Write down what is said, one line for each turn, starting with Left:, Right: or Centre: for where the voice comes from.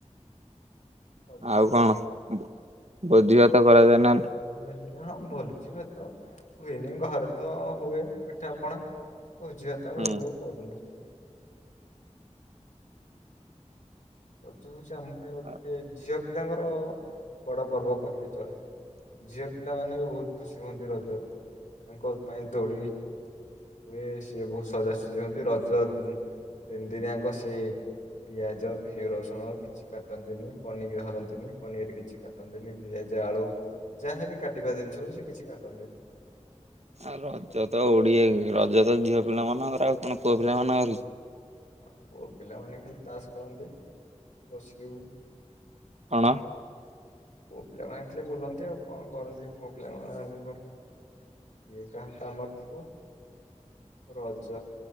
Left: ରଜ
Right: ଆଉ କଣ ବ ଭୋଜିଭାତ କରାଯାଏ ନା?
Left: ହେଲେ ହେଲା ଭୋଜି ଭାତ ହୁଏନି ଘରେତ ହୁଏ ପିଠାପଣା। ଭୋଜି ଭାତ ଆମେ
Right: ହୁଁ
Left: ରଜରେ କରୁନୁ। ରଜ ହଉଛି ଆମପାଇଁ ଗୋଟେ
Right: ହଁ
Left: ଝିଅ ପିଲାଙ୍କର ବଡ ପର୍ବ କହିଲେ ଚଳେ। ଝିଅ ପିଲାମାନେବି ବହୁତ ଖୁସି ହୁଅନ୍ତି ରଜରେ ତାଙ୍କ ପାଇଁ ଦୋଳି ହୁଏ ସିଏ ବହୁତ ସଜାସଜି ହୁଅନ୍ତି ରଜ ତିନି ଦିନିଆଙ୍କ ସେ ପିଆଜ ଏ ରସୁଣ କିଛି କାଟନ୍ତିନି ପନିକି ଧରନ୍ତିନି ପନିର କିଛି କାଟନ୍ତିନି ପିଆଜ ଆଳୁ। ଯାହାବି କାଟିବା ଜିନିଷହଉ ସେ କିଛି କାଟନ୍ତିନି।
Right: ଆଉ ରଜତ ଓଡିଆ ରଜତ ଝିଅ ପିଲା ମାନଙ୍କର ଆଉ କଣ ପୁଅ ପିଲା ମାନଙ୍କରକି?
Left: ଆ ପୁଅ ପିଲାମାନେ ଖାଲି ତାସ ଖେଳନ୍ତି ବସିବୁ।
Right: କଣ।
Left: ପୁଅ ପିଲାମାନେ ଖାଲି ବୁଲନ୍ତି ଆଉ କଣ କରନ୍ତି ପୁଅପିଲା ମାନଙ୍କର। କିଏ କାହା କାମରେ ଥିବ। ରଜ